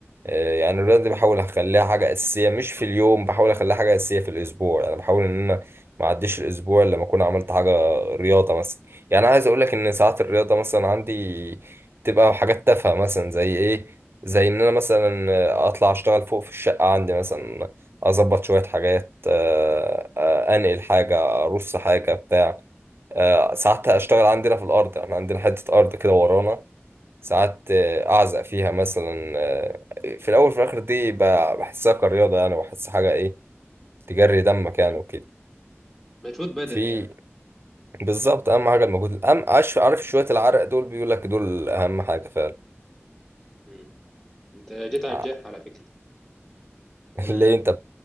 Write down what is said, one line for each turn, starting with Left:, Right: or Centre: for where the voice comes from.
Right: آه، يعني الرياضة دي بحاول أخليها حاجة أساسية مش في اليوم بحاول أخليها حاجة أساسية في الأسبوع يعني بحاول إن أنا ما أعديش الأسبوع إلا لما أكون عملت حاجة رياضة مثلا يعني عايز أقولك إن ساعات الرياضة مثلا عندي تبقى حاجات تافهة مثلا زي إيه زي ان انا مثلا اطلع اشتغل فوق في الشقة عندي مثلا اظبط شوية حاجات آه، آه، انقل حاجة ارص حاجة بتاع آه، ساعات اشتغل عندنا في الارض احنا عندنا حتة ارض كده ورانا ساعات آه، اعزق فيها مثلا آه، في الاول في الاخر دي ب- بحسها كرياضة يعني وبحس حاجة ايه تجري دمك يعني
Centre: مم.
Right: وكده
Centre: مجهود بدني
Right: في
Centre: يعني
Right: بالظبط اهم حاجة المجهود الأم- عارف عارف شوية العرق دول بيقول لك دول اهم حاجة فعلا
Centre: مم. انت جيت على
Right: <laughs>
Centre: الجرح على فكره انا
Right: ليه انت